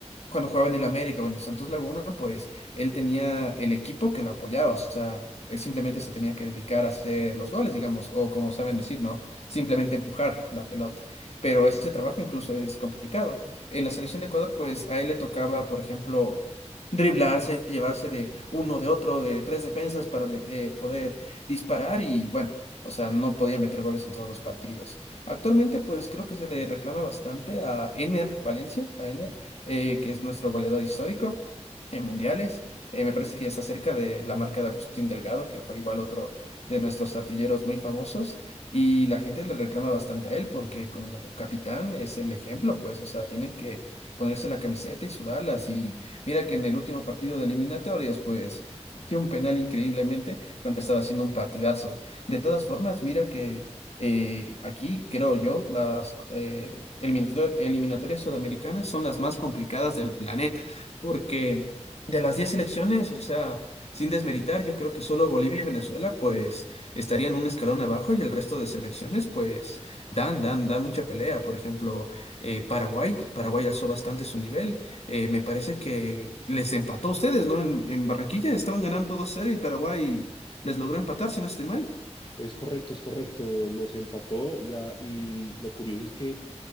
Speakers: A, on the left (about 65°); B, on the left (about 45°).
A: cuando jugaba en el América o en el Santos Laguna, pues él tenía el equipo que lo apoyaba, o sea, él simplemente se tenía que dedicar a hacer los goles, digamos, o como saben decir, ¿no? Simplemente empujar la pelota. Pero ese trabajo incluso es complicado. En la selección de Ecuador, pues a él le tocaba, por ejemplo, driblarse, llevarse de uno, de otro, de tres defensas para le- eh, poder disparar y bueno, o sea, no podía meter goles en todos los partidos. Actualmente, pues creo que se le reclama bastante a Ener Valencia, a Ener, eh, que es nuestro goleador histórico en mundiales. Eh, me parece que ya está cerca de la marca de Agustín Delgado, que fue igual otro de nuestros artilleros muy famosos. Y la gente le reclama bastante a él porque como capitán es el ejemplo, pues, o sea, tiene que ponerse la camiseta y sudarlas. Y mira que en el último partido de eliminatorias, pues, falló un penal increíblemente cuando estaba haciendo un partidazo. De todas formas, mira que eh, aquí, creo yo, las eh, eliminator- eliminatorias sudamericanas son las más complicadas del planeta, porque de las 10 selecciones, o sea, sin desmeritar, yo creo que solo Bolivia y Venezuela, pues, estarían un escalón abajo y el resto de selecciones, pues, dan, dan, dan mucha pelea. Por ejemplo, eh, Paraguay, Paraguay alzó bastante su nivel. Eh, me parece que les empató a ustedes, ¿no? En, en Barranquilla estaban ganando dos cero y Paraguay les logró empatar, si no estoy mal.
B: Es correcto, es correcto, nos empató ya y lo curioso es que